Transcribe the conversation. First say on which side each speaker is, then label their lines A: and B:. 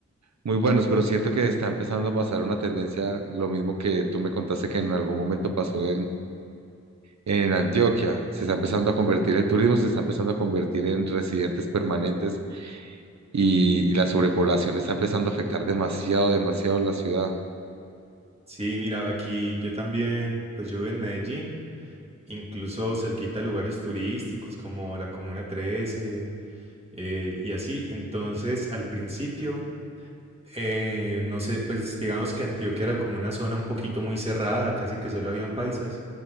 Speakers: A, on the right; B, on the right.
A: muy buenos, pero siento que está empezando a pasar una tendencia, lo mismo que tú me contaste que en algún momento pasó en, en Antioquia. Se está empezando a convertir el turismo, se está empezando a convertir en residentes permanentes y, y la sobrepoblación está empezando a afectar demasiado, demasiado la ciudad.
B: Sí, mira, aquí yo también, pues yo vivo en Medellín, incluso cerquita a lugares turísticos como la Comuna 13 eh, y así. Entonces, al principio eh, no sé, pues digamos que Antioquia era como una zona un poquito muy cerrada, casi que solo habían paisas,